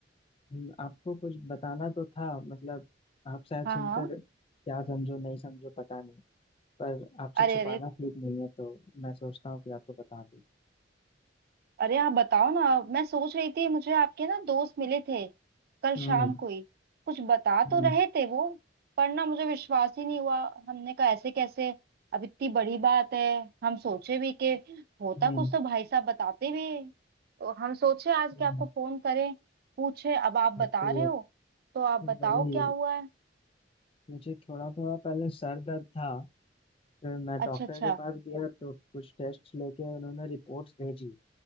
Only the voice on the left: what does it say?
हम्म, आपको कुछ बताना तो था मतलब आप शायद
सुनकर
क्या समझो नहीं समझो पता नहीं पर आपसे
छुपाना
ठीक नहीं है तो मैं सोचता हूँ कि आपको बता दूँ
हम्म
हम्म
हम्म
हम्म,
तो
वही
मुझे थोड़ा थोड़ा पहले सर दर्द था फिर मैं डॉक्टर
के पास गया तो कुछ टेस्ट लेके उन्होंने रिपोर्ट्स भेजी